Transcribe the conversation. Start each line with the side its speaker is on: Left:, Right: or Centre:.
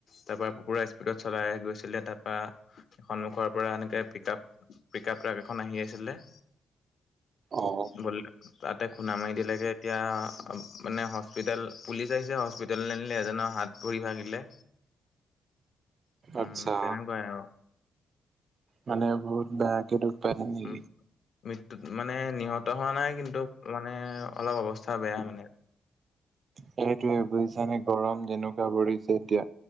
Left: তাৰপৰা পুৰা স্পীডত চলাই গৈছিল। ছিলে তাৰপৰা সন্মুখৰ পৰা এনেকে pick up pick up truck এখন আহি আছিলে
Right: অ'
Left: বলে তাতে খুন্দা মাৰি দিলেগে এতিয়া মানে হস্পিতেল পুলিচ আহিছে হস্পি ল আনিলে এজনৰ হাত পুৰি ভাঙিলে। উম
Right: আচ্ছা
Left: তেনেকুৱাই আৰু।
Right: মানে বহুত বেয়াকে দুষ পাই নেকি?
Left: উম মৃত্যুত মানে নিহত হোৱা নাই কিন্তু মানে অলপ অৱস্থা বেয়া মানে।
Right: সেইটোৱে বুজিছানে, গৰম যেনেকুৱা পৰিছে এতিয়া